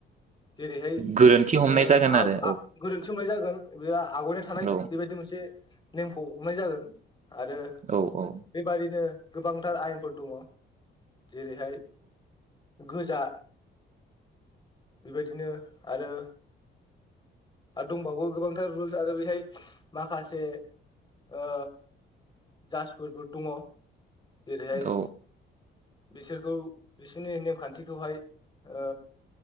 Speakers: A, on the left; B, on the right.
A: जेरैहाय
B: गोरोन्थि हमनाय
A: ओ
B: जागोन
A: आग
B: आरो
A: आ गोरोन्थि हमनाय जागोन बेया आवगायना थानाय
B: औ
A: बेबायदि मोनसे नेमखौ हमनाय जागोन। आरो
B: औ औ
A: बेबादिनो गोबांथार आयेनफोर दङ जेरैहाय गोजा बेबायदिनो आरो आर दंबावो गोबांथार रुल्स आरो बेहाय माखासे ओ जासफोरबो दङ। जेरैहाय
B: औ
A: बिसोरखौ बिसोरनि नेमखान्थिखौहाय ओ